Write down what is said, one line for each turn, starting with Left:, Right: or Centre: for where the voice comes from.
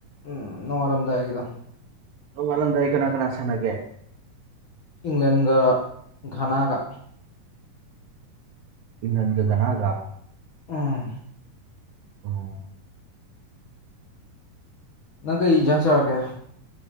Left: ꯎꯝ ꯅꯨꯡꯉꯥꯏꯔꯝꯗꯥꯏꯒꯤꯗꯣ
Right: ꯑꯣ ꯋꯥꯜꯂꯝꯗꯥꯏ ꯀꯅꯥ ꯀꯅꯥꯁꯅꯒꯦ
Left: ꯏꯪꯂꯦꯟꯒ ꯘꯅꯥꯒ
Right: ꯏ ꯑꯗꯨ ꯀꯅꯥꯒ
Left: ꯎꯝ
Right: ꯑꯣ
Left: ꯅꯪ ꯀꯩ ꯌꯦꯟꯖꯥꯡ ꯆꯥꯔꯒꯦ